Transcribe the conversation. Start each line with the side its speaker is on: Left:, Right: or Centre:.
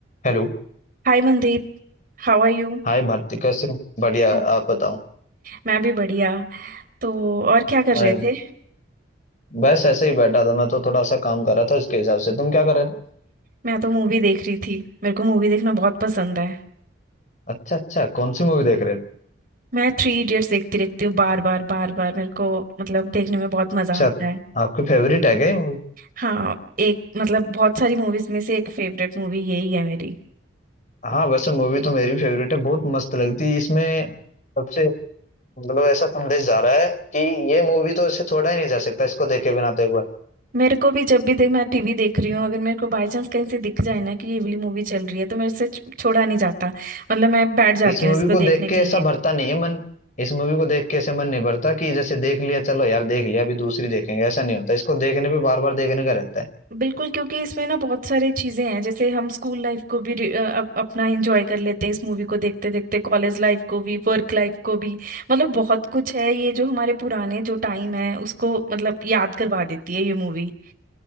Left: Hello
Right: Hi Mandeep How are you
Left: Hi Bharti कैसे हो? बढ़िया
Right: Oh,
Left: आप बताओ
Right: मैं भी बढ़िया तो और क्या कर
Left: अरे
Right: रहे थे
Left: बस ऐसे ही बैठा था मैं तो थोड़ा सा काम कर रहा था इसके हिसाब से तुम क्या कर रहे थे
Right: मैं तो मूवी देख रही थी मेरे को मूवी देखना बहुत पसंद है
Left: अच्छा अच्छा कौन सी मूवी देख रहे हैं
Right: मैं थ्री इडियट्स देखती रहती हूँ बार बार बार बार मेरे को मतलब देखने में बहुत
Left: अच्छा
Right: मजा आता है
Left: आपकी फेवरेट है क्या ये मूवी
Right: हाँ एक मतलब बहुत सारी मूवीज में से एक फेवरेट मूवी यही है मेरी
Left: हाँ वैसे मूवी तो मेरी फेवरेट है बहुत मस्त लगती है इसमें सबसे मतलब ऐसा संदेश जा रहा है कि ये मूवी तो ऐसे छोड़ा ही नहीं जा सकता इसको देखे बिना तो एक बार
Right: मेरे को भी जब भी देख मैं टीवी देख रही हूँ अगर मेरे को बाय चांस कहीं से दिख जाए ना कि ये वाली मूवी चल रही है तो मेरे से छ- छोड़ा नहीं जाता मतलब मैं बैठ जाती
Left: इस मूवी
Right: हूँ इसको
Left: को
Right: देखने
Left: देख के
Right: के लिए
Left: ऐसा भरता नहीं है मन इस मूवी को देख के ऐसे मन नहीं भरता कि जैसे देख लिया चलो यार देख लिया अभी दूसरी देखेंगे ऐसा नहीं होता इसको देखने पे बार बार देखने का रहता है
Right: बिल्कुल क्योंकि इसमें ना बहुत सारी चीजें हैं जैसे हम स्कूल लाइफ को भी रि- अ, अप, अपना एंजॉय कर लेते हैं इस मूवी को देखते देखते कॉलेज लाइफ को भी वर्क लाइफ को भी मतलब बहुत कुछ है ये जो हमारे पुराने जो टाइम है उसको मतलब याद करवा देती है ये मूवी